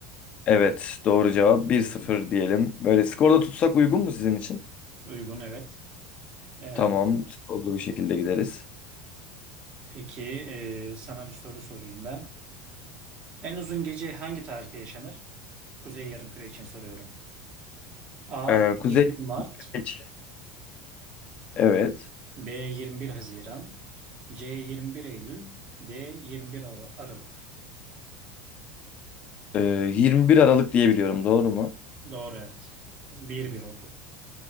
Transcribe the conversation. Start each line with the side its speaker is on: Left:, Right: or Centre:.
Left: Evet, doğru cevap bir sıfır diyelim. Böyle skorda tutsak uygun mu sizin için?
Right: Uygun evet. Eğer
Left: Tamam, skorlu bir şekilde gideriz.
Right: peki e, sana bir soru sorayım ben. En uzun gece hangi tarihte yaşanır? Kuzey Yarımküre için soruyorum. A.
Left: Ee,
Right: 21
Left: Kuzey
Right: Mart
Left: Kıbrıs. Evet.
Right: B 21 Haziran, C 21 Eylül, D 21 Al- Aralık.
Left: Ee, 21 Aralık diye biliyorum, doğru mu?
Right: Doğru evet. 1-1 oldu.